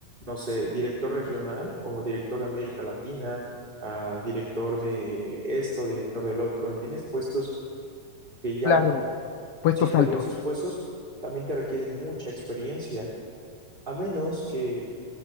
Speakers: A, on the right (about 15°); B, on the left (about 70°).
A: no sé, director regional o director de América Latina, ah, director de esto, director del otro, ¿entiendes? Puestos que ya,
B: claro, puestos
A: sí, pero
B: altos.
A: esos puestos también te requieren mucha experiencia, a menos que